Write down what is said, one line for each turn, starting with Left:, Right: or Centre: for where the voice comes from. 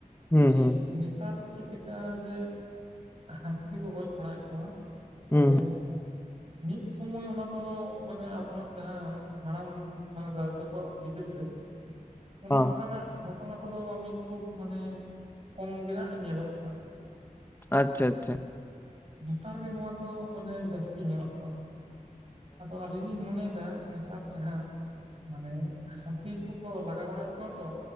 Left: ᱦᱩᱸ
Right: ᱡᱮ
Left: ᱦᱩᱸ
Right: ᱱᱮᱛᱟᱨ ᱪᱮᱫ ᱞᱮᱠᱟ ᱡᱮ ᱦᱟᱹᱛᱤ ᱛᱮᱠᱚ ᱜᱚᱡ ᱵᱟᱲᱟᱭᱮᱫ ᱠᱚᱣᱟ ᱛᱚᱵᱮ
Left: ᱦᱩᱸ ᱦᱩᱸ
Right: ᱢᱤᱫ ᱥᱳᱢᱳᱭ ᱚᱱᱟ ᱫᱚ ᱢᱟᱱᱮ ᱟᱵᱚᱱᱟᱜ ᱡᱟᱦᱟᱸ ᱦᱟᱲᱟᱢ ᱦᱩᱸ ᱢᱟᱱᱮ ᱫᱟᱫᱩ ᱛᱟᱠᱚᱣᱟᱜ ᱵᱤᱫᱟᱹᱞ ᱨᱮ ᱚᱱᱮ
Left: ᱚ
Right: ᱚᱝᱠᱟᱱᱟᱜ ᱜᱷᱚᱴ ᱚᱱᱟ ᱠᱚᱫᱚ ᱵᱟᱝ ᱢᱤᱡ ᱠᱷᱩᱵ ᱢᱟᱱᱮ ᱠᱚᱢ ᱜᱮ ᱦᱟᱸᱜ ᱧᱮᱞᱚᱜ ᱛᱟᱦᱮᱫ᱾
Left: ᱟᱪᱪᱷᱟ ᱟᱪᱪᱷᱟ᱾
Right: ᱱᱮᱛᱟᱨ ᱜᱮ ᱱᱚᱣᱟ ᱫᱚ ᱢᱟᱱᱮ ᱡᱟᱹᱥᱛᱤ ᱧᱮᱞᱚᱜ ᱠᱟᱱ᱾ ᱟᱫᱚ ᱟᱹᱞᱤᱧ ᱞᱤᱧ ᱢᱚᱱᱮᱭᱮᱫᱟ ᱱᱮᱛᱟᱨ ᱡᱟᱦᱟᱸ ᱢᱟᱱᱮ ᱦᱟᱹᱛᱤ ᱠᱚ ᱠᱚ ᱞᱟᱜᱟ ᱵᱟᱲᱟᱭᱮᱜ ᱠᱚᱣᱟ ᱛᱚ